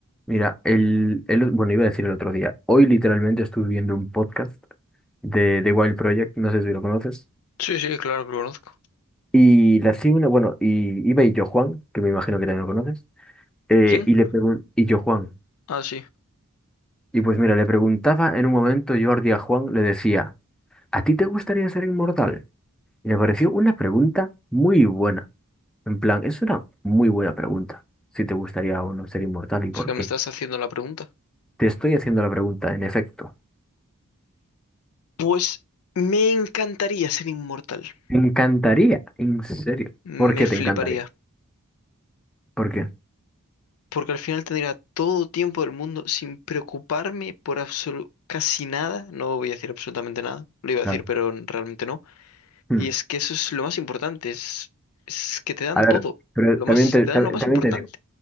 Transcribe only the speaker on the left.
Sí, sí, claro que lo conozco.
¿Quién?
Ah, sí. O
sea que
me estás haciendo la pregunta.
Pues me encantaría ser inmortal.
Me
fliparía.
Porque al final tendría todo tiempo del mundo sin preocuparme por absolu- casi nada. No voy a decir absolutamente nada. Lo iba a
decir, pero realmente no.
Y es que eso es lo más importante. Es, es que te dan
todo.
Lo
más,
te
dan lo más
importante.